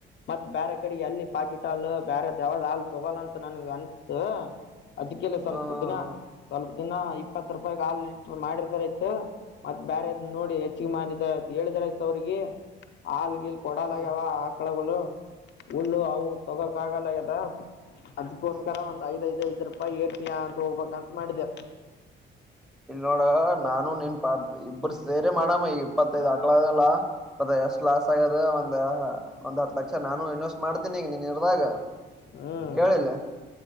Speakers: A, on the left; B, in the centre.
A: ಮತ್ ಬೇರೆ ಕಡೆ ಎಲ್ಲಿ ಪಾಕಿಟ್ಲ್ ಬೇರೆ ಯಾವ್ದ್ ಹಾಲ್ ತಗೋಲ್ಲಂತ ನನ್ಗೆ ಅನ್ಸತು ಅದಕ್ಕೆಲ್ಲ ಸ್ವಲ್ಪ
B: ಹ್ಮ ಹ್ಮ
A: ದಿನ
B: ಹ್ಮ
A: ಸ್ವಲ್ಪ ದಿನ ಇಪ್ಪತ್ತು ರೂಪಾಯಿಗ್ ಆಲ್ ಮಾಡಿದಾರ ಆತು ಮತ್ ಬೇರೆದ್ ನೋಡಿ ಹೆಚ್ಚಿಗೆ ಮಾಡಿದಾರ ಹೇಳಿದಾರಾಯತು ಅವ್ರಿಗೆ ಆಲ್ಗೀಲ್ ಕೊಡಲ್
B: ಹ್ಮ್ ಹ್ಮ್
A: ಆಗ್ಯಾವ ಆಕಳಗಳು ಹುಲ್ಲು ಅವು ತಗೋಕ್ ಆಗಲ್ಲ ಆಗ್ಯದ ಅದ್ಕ್ಕೋಸ್ಕರ
B: ಹ್ಮ್ ಹ್ಮ್
A: ಒಂದ್ ಐದಐದ್ ಐದು್ ರೂಪಾಯಿ ಏರ್ಟಿಯ ಅಂತ ಹೋಗ್ಬೇಕಂತ ಮಾಡಿದೆೆ
B: ಇಲ್ ನೋಡ ನಾನು ನೀನ್ ಪಾ ಇಬ್ಬರು ಸೇರಿ ಮಾಡಮ್ಮ ಈ ಇಪ್ಪತ್ತೈದ್ ಹಕ್ಳಲ್ಲ ಅದ ಎಷ್ಟ್ ಲಾಸ್ ಆಗದ ಒಂದ್ ಒಂದ್ ಹತ್ ಲಕ್ಷ ನಾನು ಇನ್ವೆಸ್ಟ್ ಮಾಡ್ತೀನಿ ಈಗ ನೀ ದಾಗ
A: ಹ್ಮ್
B: ಕೇಳಿಲ್ಲೆ